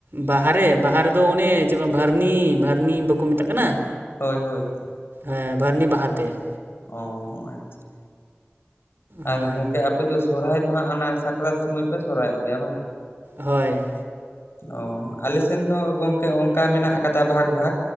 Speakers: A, on the right; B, on the left.
A: ᱵᱟᱦᱟ ᱨᱮ ᱵᱟᱦᱟ ᱨᱮ ᱫᱚ ᱚᱱᱮ ᱪᱮᱫ ᱠᱚ ᱢᱮᱱ ᱵᱷᱟᱨᱱᱤ ᱵᱷᱟᱨᱱᱤ ᱵᱟᱠᱚ ᱢᱮᱛᱟᱜ ᱠᱟᱱᱟ
B: ᱦᱳᱭ ᱦᱳᱭ ᱾
A: ᱦᱮᱸ ᱵᱷᱟᱨᱱᱤ ᱵᱟᱦᱟ ᱛᱮ ᱾
B: ᱚ ᱟᱪᱪᱷᱟ ᱾
A: ᱦᱳᱭ
B: ᱟᱨ ᱜᱚᱝᱠᱮ ᱟᱯᱮ ᱫᱚ ᱥᱚᱨᱦᱟᱭ ᱫᱚ ᱦᱟᱸᱜ ᱚᱱᱟ ᱥᱟᱠᱨᱟᱛ ᱥᱚᱢᱚᱭ ᱯᱮ ᱥᱚᱨᱦᱟᱭᱚᱜ ᱜᱮᱭᱟ ᱵᱟᱝ?
A: ᱦᱳᱭ ᱾
B: ᱚ ᱟᱞᱮ ᱥᱮᱱ ᱫᱚ ᱜᱚᱝᱠᱮ ᱚᱱᱠᱟ ᱢᱮᱱᱟᱜ ᱟᱠᱟᱫᱟ ᱵᱷᱟᱜᱽ ᱵᱷᱟᱜᱽ